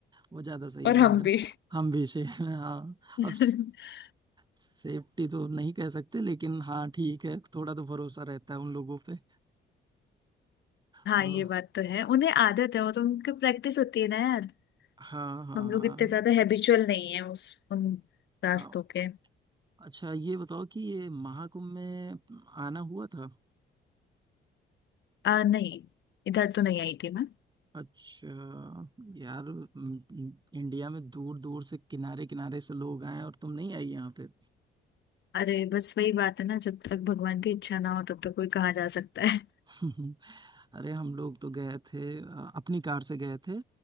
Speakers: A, on the right; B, on the left.
A: वो ज्यादा सही
B: और
A: रहेगा
B: हम भी
A: हम भी सेफ हैं हाँ
B: <laughs>
A: अब सेफ्टी तो नहीं कह सकते लेकिन हाँ ठीक है थोड़ा तो भरोसा रहता है उन लोगों पे
B: हाँ
A: अ,
B: ये बात तो है उन्हें आदत है और उनकी प्रैक्टिस होती है ना यार
A: हाँ हाँ
B: हम
A: हाँ
B: लोग इतने ज्यादा हैबिचुअल नहीं है उस उन रास्तों
A: हाँ
B: के
A: अच्छा ये बताओ कि ये महाकुंभ में आना हुआ था
B: आ नहीं इधर तो नहीं आई थी मैं
A: अच्छा यार म- म- इंडिया में दूर दूर से किनारे किनारे से लोग आए हैं और तुम नहीं आई यहाँ पे
B: अरे बस वही बात है ना जब तक भगवान की इच्छा ना हो तब तक कोई कहाँ जा सकता है
A: <laughs> अरे हम लोग तो गए थे अ, अपनी कार से गए थे